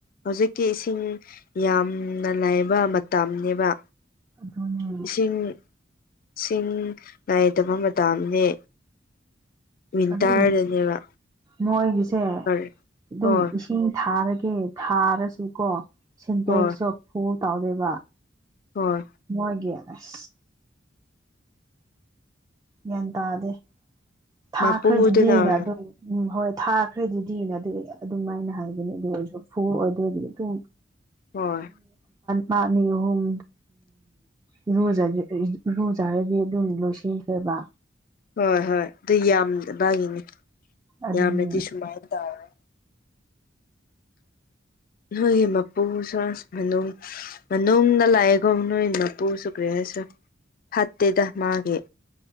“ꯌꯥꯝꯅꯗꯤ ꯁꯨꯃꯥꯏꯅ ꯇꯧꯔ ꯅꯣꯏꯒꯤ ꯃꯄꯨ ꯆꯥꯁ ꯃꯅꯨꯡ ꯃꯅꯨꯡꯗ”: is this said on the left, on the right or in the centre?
Left